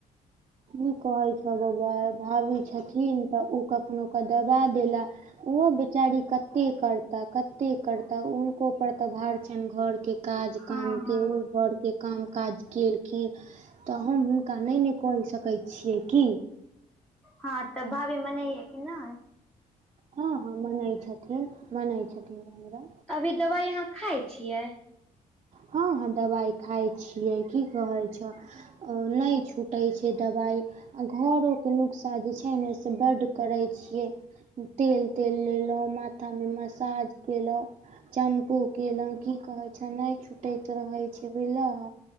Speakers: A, on the right; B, in the centre.
A: की कहै छौ बउआ भाभी छथिन तऽ ओ कखनो कऽ दबा देला ओहो बेचारी कते करताह कते करताह हुनको पर तऽ भार छनि घर के के काज
B: हँ
A: काम
B: हँ
A: के ओ घर के काम काज के फेर तऽ हम हुनका नै ने कहि सकै छियै की।
B: हँ तऽ भाभी मनेये कि नै
A: हँ हँ मनै छथिन मनै छथिन हमरा
B: अभी दवाइ आहाँ खाइ छियै?
A: हँ ह दवाइ खाय छियै की कहै छह। अ नै छूटै छै दबाई आ घरो के नुक्शा जे छै ने से बड्ड करै छियै। तेल तेल लेलहुँ माथामे मसाज केलहुँ। चैम्पू केलहुँं की कहे छह नै छुटैत रहै छै बुझलह।